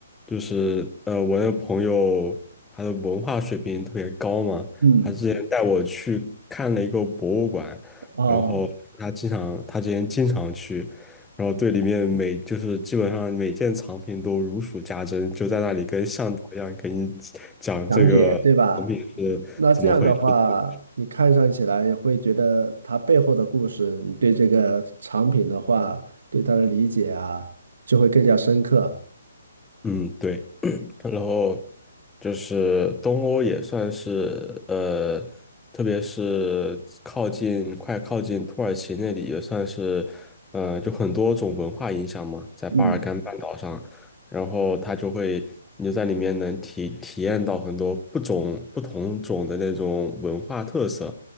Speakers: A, in the centre; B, on the right (about 70°).
A: 就是呃，我那个朋友他的文化水平特别高嘛，
B: 嗯，
A: 他之前带我去看了一个博物馆，
B: 哦，
A: 然后他经常他之前经常去，然后对里面每就是基本上每件藏品都如数家珍，就在那里跟向导一样给你讲这个藏品是怎么回事。
B: 讲解对吧？那这样的话，你看上起来也会觉得它背后的故事，你对这个产品的话，对它的理解啊，就会更加深刻。
A: 嗯，对，<clears throat> 然后就是东欧也算是呃，特别是靠近快靠近土耳其那里，也算是呃，就很多种文化影响嘛，在巴尔干半岛上，
B: 嗯
A: 然后它就会你就在里面能体体验到很多不种不同种的那种文化特色，